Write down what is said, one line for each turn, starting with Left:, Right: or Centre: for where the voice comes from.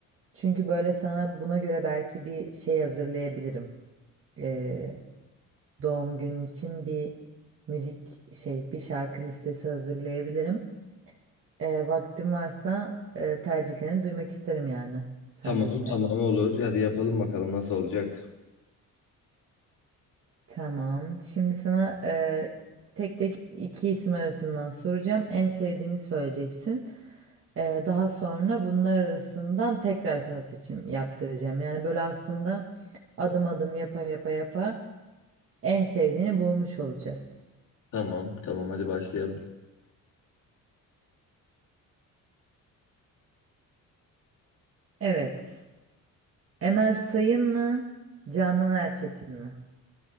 Right: Çünkü böyle sana buna göre belki bir şey hazırlayabilirim. E, doğum günün için bir müzik şey, bir şarkı listesi hazırlayabilirim. E, vaktim varsa e, tercihlerini duymak isterim yani. Sen
Left: Tamam
Right: de ister.
Left: tamam olur. Hadi yapalım bakalım nasıl olacak.
Right: Tamam. Şimdi sana e, tek tek iki isim arasından soracağım. En sevdiğini söyleyeceksin. E, daha sonra bunlar arasından tekrar sana seçim yaptıracağım. Yani böyle aslında adım adım yapa yapa yapa en sevdiğini bulmuş olacağız.
Left: Tamam tamam hadi başlayalım.
Right: Evet. Emel Sayın mı? Canan Erçetin mi?